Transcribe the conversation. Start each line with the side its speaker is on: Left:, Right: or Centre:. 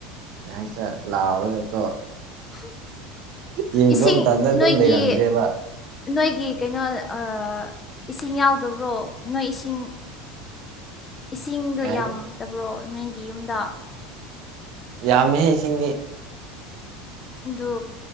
Right: ꯀꯩ ꯍꯥꯏꯁꯦꯔ ꯂꯥꯎꯔꯒꯀꯣ
Left: ꯍꯝ
Right: ꯌꯦꯡꯕ
Left: ꯏꯁꯤꯡ
Right: ꯃꯇꯝꯗ ꯑꯗꯨꯝ
Left: ꯅꯣꯏꯒꯤ
Right: ꯂꯩꯔꯝꯗ꯭ꯔꯦꯕ
Left: ꯅꯣꯏꯒꯤ ꯀꯩꯅꯣ ꯑ ꯏꯁꯤꯡ ꯌꯥꯎꯗꯕ꯭ꯔꯣ ꯅꯣꯏ ꯏꯁꯤꯡ ꯏꯁꯤꯡꯗꯣ
Right: ꯀꯩ ꯍꯥꯏꯕꯗꯤ
Left: ꯌꯥꯝꯇꯕ꯭ꯔꯣ ꯅꯣꯏꯒꯤ ꯌꯨꯝꯗ
Right: ꯌꯥꯝꯃꯤꯍꯩ ꯏꯁꯤꯡꯗꯤ
Left: ꯑꯗꯨ